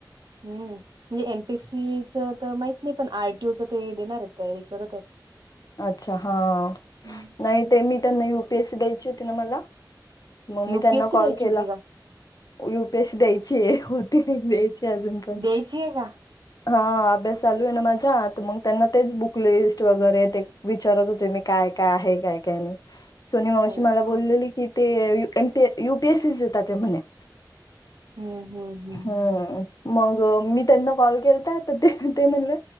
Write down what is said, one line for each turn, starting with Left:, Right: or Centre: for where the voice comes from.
Right: हम्मं म्हणजे एम पी सी चं तरं माहितं नाहीं पणं आर टी ओ ची ते देणारं आहेतं तयारी करतं आहेतं
Left: अच्छा हां
Right: हम्म.
Left: नाहीं ते मी त्यांना यु पी एस सी द्यायंची होती नां मलां मंग
Right: युपीएससी
Left: मी त्यांनां
Right: द्यायची
Left: कॉल केलां
Right: होती का
Left: यू पी ए सी द्यायंची होती द्यायंची अजूंन पणं
Right: द्यायची आहे का
Left: हां अभ्यांस चालूं आहे नां माझां तरं मंग त्यांनां तेचं बुकलिस्ट वगैरें ते विचारतं होते मी कायं कायं आहे कायं कायं नाहीं सोनी मावशी
Right: हो का.
Left: मलां बोललेली की ते एमपीए युपीएससी येतांत ते म्हणे
Right: हम्म हम्म हम्म
Left: हम्मं मंग मी त्यांनां कॉल केलतां तरं ते म्हणलं